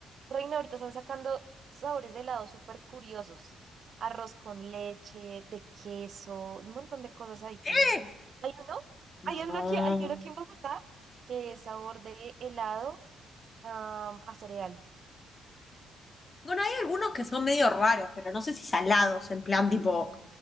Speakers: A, on the right; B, on the left.
A: Reina, ahorita están sacando sabores de helado súper curiosos. Arroz con leche, de queso, un montón de cosas hay que...
B: ¿Eh?
A: Hay uno,
B: No.
A: hay uno aquí, hay uno aquí en Bogotá que es sabor de helado, am, a cereal.
B: Bueno, hay algunos que son medio raros, pero no sé si salados, en plan tipo,